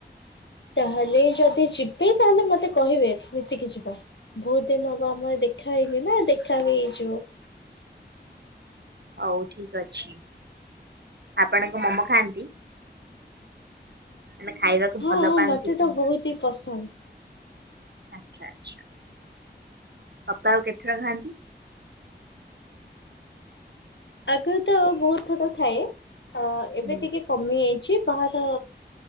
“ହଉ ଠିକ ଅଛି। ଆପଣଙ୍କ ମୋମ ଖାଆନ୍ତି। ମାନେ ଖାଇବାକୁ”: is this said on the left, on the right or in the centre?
Right